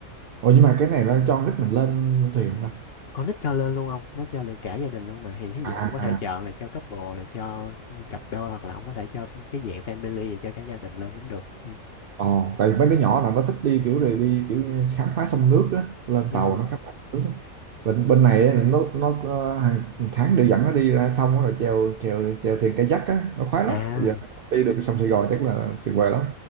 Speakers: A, on the right; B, on the left.
A: Ủa nhưng mà cái này nó cho con nít mình lên, lên thuyền không ta?
B: con nít cho lên luôn ông nó cho được cả gia đình luôn mà thì thí
A: À,
B: dụ
A: à.
B: ông có thể chọn là cho couple là cho cặp đôi hoặc là ông có thể cho cái dạng family cho cả gia đình lên cũng được ừ.
A: Ồ, tại vì mấy đứa nhỏ là nó thích đi kiểu này đi kiểu khám phá sông nước á, lên
B: ừ.
A: tàu nó khám phá sông nước á. Bên bên này á, nó nó ờ, hàng tháng đều dẫn nó đi ra sông á, rồi chèo chèo chèo thuyền kayak á, nó khoái lắm.
B: à
A: Bây giờ đi được sông Sài Gòn chắc là tuyệt vời lắm.